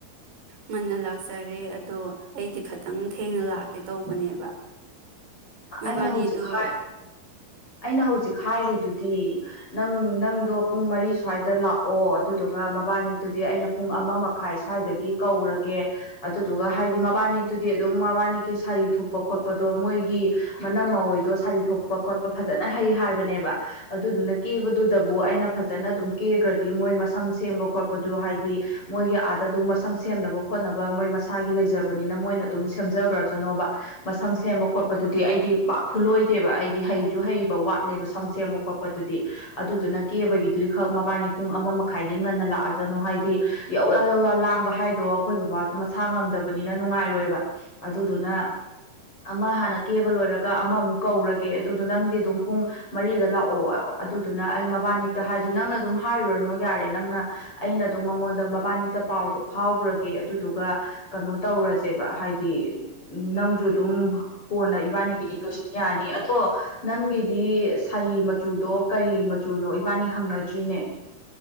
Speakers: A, on the right (about 85°); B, on the left (about 35°).
A: ꯉꯟꯅ ꯂꯥꯛꯆꯔꯦ ꯑꯗꯣ ꯑꯩꯗꯤ ꯈꯤꯇꯪ ꯊꯦꯡꯅ ꯂꯥꯛꯀꯦ ꯇꯧꯕꯅꯦꯕ ꯃꯣꯏꯕꯥꯅꯤꯗꯣ
B: ꯑꯩꯅ ꯍꯧꯖꯤꯛ ꯍꯥꯏ ꯑꯩꯅ ꯍꯧꯖꯤꯛ ꯍꯥꯏꯔꯤꯗꯨꯗꯤ ꯅꯪ ꯅꯪꯗꯣ ꯄꯨꯡ ꯃꯔꯤ ꯁ꯭ꯋꯥꯏꯗ ꯂꯥꯛꯑꯣ ꯑꯗꯨꯗꯨꯒ ꯃꯕꯥꯅꯤꯛꯇꯨꯗꯤ ꯑꯩꯅ ꯄꯨꯡ ꯑꯃ ꯃꯈꯥꯏ ꯁ꯭ꯋꯥꯏꯗꯒꯤ ꯀꯧꯔꯒꯦ ꯑꯗꯨꯗꯨꯒ ꯍꯥꯏꯗꯤ ꯃꯕꯥꯅꯤꯛꯇꯨꯗꯤ ꯑꯗꯨꯝ ꯃꯕꯥꯅꯤꯀꯤ ꯁꯥꯔꯤ ꯊꯨꯄ ꯈꯣꯠꯄꯗꯣ ꯃꯣꯏ ꯒꯤ ꯃꯅꯝ ꯃꯔꯏꯗꯣ ꯁꯥꯔꯤ ꯊꯣꯛꯄ ꯈꯣꯠꯄ ꯐꯖꯅ ꯍꯩ ꯍꯥꯏꯕꯅꯦꯕ ꯑꯗꯨꯗꯨꯅ ꯀꯦꯕꯗꯨꯗꯕꯨ ꯑꯩꯅ ꯐꯖꯅ ꯑꯗꯨꯝ ꯀꯦꯈ꯭ꯔꯗꯤ ꯃꯣꯏ ꯃꯁꯝ ꯁꯦꯝꯕ ꯈꯣꯠꯄꯗ ꯍꯥꯏꯗꯤ ꯃꯣꯏꯒꯤ ꯑꯥꯗ ꯑꯗꯨꯝ ꯃꯁꯝ ꯁꯦꯝꯅꯕ ꯈꯣꯠꯅꯕ ꯃꯣꯏ ꯃꯁꯥꯒꯤ ꯂꯩꯖꯕꯅꯤꯅ ꯃꯣꯏꯅ ꯑꯗꯨꯝ ꯁꯦꯝꯖꯈ꯭ꯔꯖꯅꯣꯕ ꯃꯁꯝ ꯁꯦꯝꯕ ꯈꯣꯠꯄꯗꯨꯗꯤ ꯑꯩꯗꯤ ꯄꯥꯛ ꯈꯨꯜꯂꯣꯏꯗꯦꯕ ꯑꯩꯗꯤ ꯍꯩꯁꯨ ꯍꯩꯕ ꯋꯥꯠꯂꯦꯕ ꯁꯝ ꯁꯦꯝꯕ ꯈꯣꯠꯄꯗꯨꯗꯤ ꯑꯗꯨꯗꯨꯅ ꯀꯦꯕꯒꯤꯗꯨꯗꯤ ꯈꯛ ꯃꯕꯥꯅꯤ ꯄꯨꯡ ꯑꯃ ꯃꯈꯥꯏꯗꯩ ꯉꯟꯅ ꯂꯥꯛꯑꯖꯅꯨ ꯍꯥꯏꯗꯤ ꯌꯧꯔ ꯌꯧꯔ ꯂꯥꯡꯕ ꯍꯥꯏꯗꯣ ꯑꯩꯈꯣꯏ ꯕꯕꯥꯁꯨ ꯃꯁꯥ ꯉꯝꯗꯕꯅꯤꯅ ꯅꯨꯡꯉꯥꯏꯔꯣꯏꯕ ꯑꯗꯨꯗꯨꯅ ꯑꯃ ꯍꯥꯟꯅ ꯀꯦꯕ ꯂꯣꯏꯔꯒ ꯑꯃꯃꯨꯛ ꯀꯧꯔꯒꯦ ꯑꯗꯨꯗꯣ ꯅꯪꯗꯤ ꯑꯗꯨꯝ ꯄꯨꯡ ꯃꯔꯤꯗ ꯂꯥꯛꯑꯣ ꯑꯗꯨꯗꯨꯅ ꯑꯩ ꯃꯕꯥꯅꯤꯛꯇ ꯍꯥꯏꯗꯤ ꯅꯪꯅ ꯑꯗꯨꯝ ꯍꯥꯏꯔꯨꯔꯅꯣ ꯌꯥꯔꯦ ꯅꯪꯅ ꯑꯩꯅ ꯑꯗꯨꯝ ꯃꯉꯣꯟꯗ ꯃꯕꯥꯅꯤꯛꯇ ꯄꯥꯎꯗꯣ ꯐꯥꯎꯈ꯭ꯔꯒꯦ ꯑꯗꯨꯗꯨꯒ ꯀꯩꯅꯣ ꯇꯧꯔꯁꯦꯕ ꯍꯥꯏꯗꯤ ꯅꯪꯁꯨ ꯑꯗꯨꯝ ꯀꯣꯟꯅ ꯏꯕꯥꯅꯤꯒꯤꯗꯤ ꯂꯣꯏꯁꯤꯟ ꯌꯥꯅꯤ ꯑꯗꯣ ꯀꯣ ꯅꯪꯒꯤꯗꯤ ꯁꯥꯔꯤ ꯃꯆꯨꯗꯣ ꯀꯔꯤ ꯃꯆꯨꯅꯣ ꯏꯕꯥꯅꯤ ꯍꯪꯅꯗ꯭ꯔꯤꯅꯦ꯫